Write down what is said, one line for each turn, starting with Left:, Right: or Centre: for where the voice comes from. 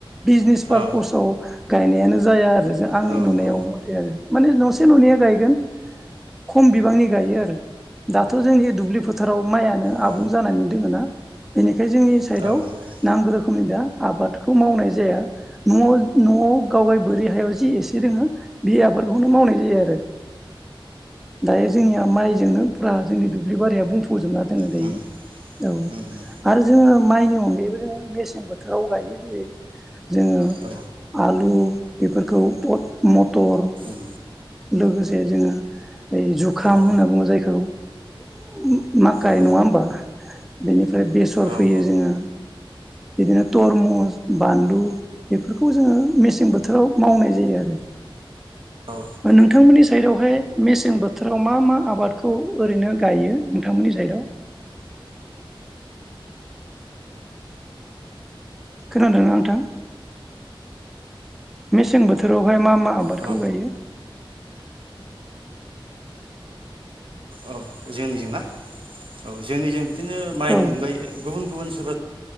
Centre: बिजनेस पारपसाव
Right: औ ओ
Centre: गायनायानो जाया रो जों आंनि
Right: औ
Centre: नुनायाव
Right: औ
Centre: मथे आरो माने नसे ननैया गायगोन खम बिबांनि गायो आरो दाथ जोंनि दुब्लि फोथाराव माइयानो
Right: औ
Centre: आबुं जानानै दों ना बेनिखाय बे जोंनि
Right: ओ
Centre: साइडआव नांगौ रोखोमनि दा आबादखौ मावनाय जाया नआव नआव गावगाय बोरै हायाव जि एसे दोङो बे आबाद बेखौनोमावनाय जायो आरो दायो जोंनिया माइजोंनो फुरा जोंनि दुब्लिारिया बुं फजोबना दोङो दायो।
Right: उम
Centre: औ
Right: उम उम
Centre: आरो जों जो माइनि अनगायैबो जोङो मेसें बोथोराव गायो। जेरै जोङो
Right: औ
Centre: आलु बेफोरखौ पद मद टर
Right: उम
Centre: लोगोसे जोङो ओइ जुखाम
Right: औ औ
Centre: होनना बुङो जायखौ <unintelligible> माखाय
Right: औ
Centre: नङा होमबा? बेनिफ्राय ओमफ्राय बेसर
Right: औ
Centre: फैयो जोङो बिदिनो तरमुस बानलु <unintelligible> बेफोरखौ जोङो मेसें बोथोराव मावनाय जायो आरो
Right: औ
Centre: नोंथांमोननि साइडआवहाय मेसें बो फोथाराव मा मा आबादखौ ओरैनो गायो नोंथांमोननि साइडआव खोनादोंना नोंथां? मेसें बोथोरावहाय मा मा आबादखौ
Right: औ
Centre: गायो?
Right: औ जोंनिजोंना औ जोंनिजों बिदिनो माइनि
Centre: औ
Right: अनगायै गुबुन गुबुन <unintelligible>